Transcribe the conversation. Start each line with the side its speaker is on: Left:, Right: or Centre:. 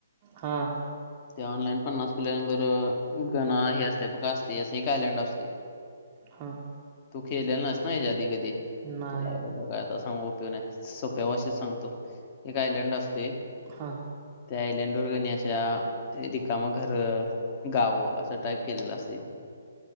Right: हां.
Left: त्या ऑनलाईन पन्नास प्लेयरांबरोबर, गणा हे असतय काय असतय अस एक आयलड असतय. <inaudible>
Right: हां.
Left: तु खेळलेला नाईस ना याच्या आधी कधी,
Right: नाही
Left: तुला एवढं काय आता सांगुण उपयोग नाही. सोप्या भाषेत सांगतो, एक आयलड असतय.
Right: हा
Left: त्या आयलड वरगणी अशा रिकामा घर. गावं असं टाईप केलेलं असेल.